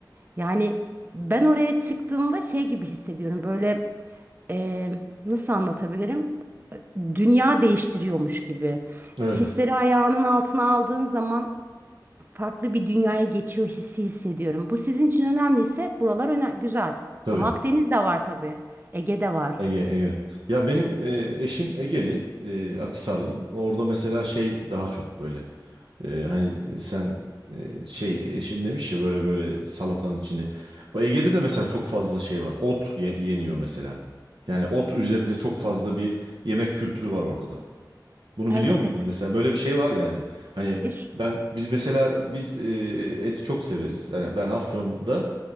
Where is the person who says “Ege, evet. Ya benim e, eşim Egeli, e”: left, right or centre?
Right